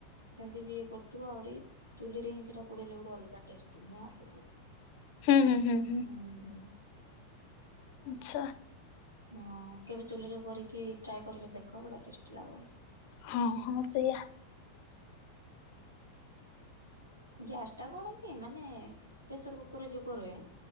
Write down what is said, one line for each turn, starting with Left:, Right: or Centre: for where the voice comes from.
Right: ଜେ ମିତି ବି ଇଏ କରୁଥିବ ଆହୁରି ଚୁଲି ରେ ହିଁ ସେଟା ପୋଡିଲେ ଗୋଟେ ଅଲଗା ଟେଷ୍ଟ ହିଁ ଆସୁଛି।
Left: ହୁଁ ହୁଁ ହୁଁ।
Right: ହୁଁ ହୁଁ।
Left: ଆଛା।
Right: ହଁ କେବେ ଚୁଲିରେ କରିକି ଟ୍ରାଏ କରିକି ଦେଖ ପୁରା ଟେଷ୍ଟି ଲାଗବ।
Left: ହଁ ହଁ ସେଇଆ।
Right: ଗ୍ୟାସଟା କଣ କି ମାନେ ପ୍ରେସର କୁକର ଯୋଉ କରେ।